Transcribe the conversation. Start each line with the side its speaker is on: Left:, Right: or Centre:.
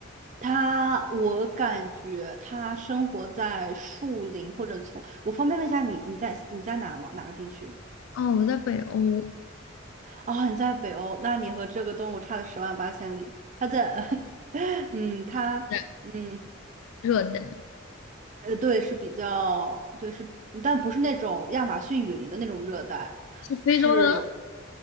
Right: 他，我感觉他生活在树林或者丛。我方便问一下你，你在你在哪吗？哪个地区？
Left: 哦，我在北欧，
Right: 哦，你在北欧，那你和这个动物差了十万八千里。他在，<laughs> 嗯，他，
Left: 对
Right: 嗯。
Left: 热带，
Right: 呃，对，是比较，对，是，但不是那种亚马逊雨林的那种热带，
Left: 是非洲的。
Right: 是，